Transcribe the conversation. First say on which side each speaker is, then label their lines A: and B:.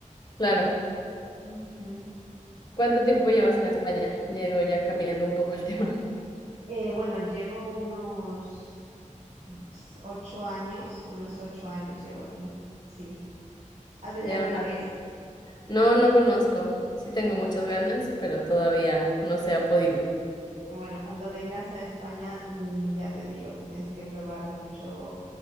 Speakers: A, on the left; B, on the right.
A: claro.
B: Ujú.
A: ¿Cuánto tiempo llevas en España? Llego ya cambiando un poco el tema. <laughs>
B: Eh, bueno, llevo unos... s- ocho años, unos ocho años llevo aquí, sí. ¿Has venido
A: Ya
B: alguna
A: un ra-
B: vez?
A: No, no conozco. Sí tengo
B: ¿No?
A: muchas ganas, pero todavía no se ha podido.
B: Bueno, cuando vengas a España, mm, ya te digo, tienes que probar mucho